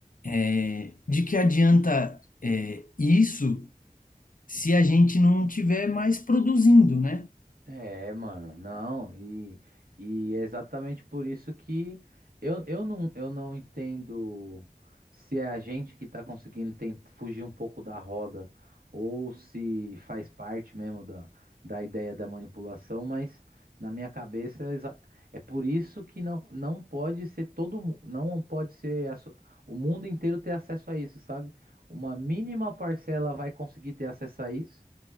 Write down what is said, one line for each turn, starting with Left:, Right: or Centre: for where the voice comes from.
Left: é, de que adianta é, isso se a gente não tiver mais produzindo, né?
Right: É, mano, não, e, e é exatamente por isso que eu, eu não, eu não entendo se é a gente que tá conseguindo tent- fugir um pouco da roda ou se faz parte mesmo da, da ideia da manipulação, mas na minha cabeça é, exa- é por isso que não, não pode ser todo, mu- não pode ser a so- o mundo inteiro ter acesso a isso, sabe? Uma mínima parcela vai conseguir ter acesso a isso.